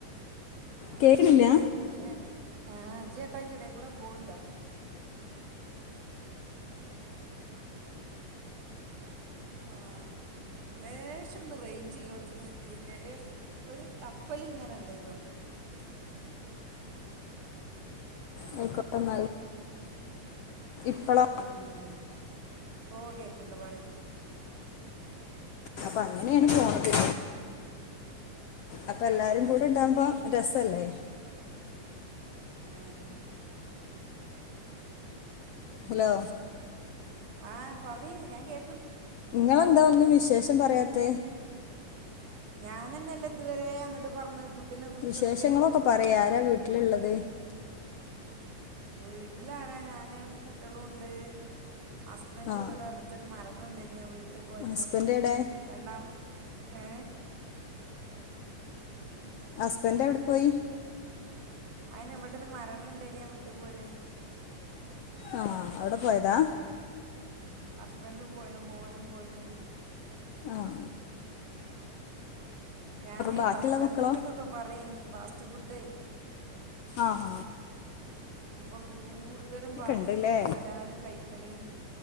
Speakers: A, on the left (about 75°); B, on the right (about 75°).
A: കേക്ക്‌ണില്ലേ
B: ഇജയെട്ട് ആ ഇജയേട്ട അയ്ന്റെടേ കൂടെ പോണ് ണ്ടോ ആഹ ലേശം ഒന്ന് റേഞ്ച് ചില്ലോടത്തക്ക് നിക്കല്ലേ ഒരു തപ്പല ഇങ്ങനെുണ്ട് ഇതോ
A: ആയിക്കോട്ട ന ഇപ്പളാ
B: ഉം. ഓ കേക്കണ്ട് പോറെേ
A: അപ്പൊ അങ്ങനെയാണ് പോണത്തി അപ്പ എല്ലാരും കൂടെ ഇണ്ടാകുമ്പോ ര തലേ
B: ഉഹ
A: ഹലോ
B: ആഹ പറയ ഞാൻ കേ
A: നിങ്ങളെന്താ ഒന്നും വിശേഷം പറയാത്ത
B: ഞാനെന്നെല്ല ഇതുവരെ അങ്ങോട്ട് പറഞ്ഞ ഫുഡിനെ കുറിച്ചൊക്കെ
A: വിശേഷങ്ങളൊക്കെ പറയാ വീട്ടിലുള്ളത്
B: വീട്ടില ആരാ ഞാനും കുട്ടികളും ഉണ്ട് ഹസ്ബൻഡ്
A: ആ
B: ഇവിടെ അടുത്തരു മര ഞൻ വീട്ടിൽ പോയതാണ്
A: ഹസ്ബൻഡ് എവിടെ
B: രണ്ടാ ഏ
A: ഹസ്ബൻഡ് എവിടെ പോയി
B: അയിന് എവിടെ ഒരു മരണം ഇണ്ടേനയാാ വീട്ടിൽ പോയിണ്
A: ആഹ അവിടെ പോയതാ
B: ഹസ്ബൻറും പോയിണ് മോനും പോയിണ്
A: ആഹ
B: ഞാനേ
A: ബാക്കിയുള്ള
B: ഭക്ഷണത്തിന്റെതൊക്കെ
A: മക്കളോ
B: പറയ നീ ഫാസ്റ്റ് ഫുഡേ
A: ആഹ
B: ഇപ്പൊ കൂടുതലും ഫാസ്റ്റ്
A: ഉണ്ട്ല്ലേ
B: ഫുഡ്ല്ല എല്ലാരും കൈക്കലയും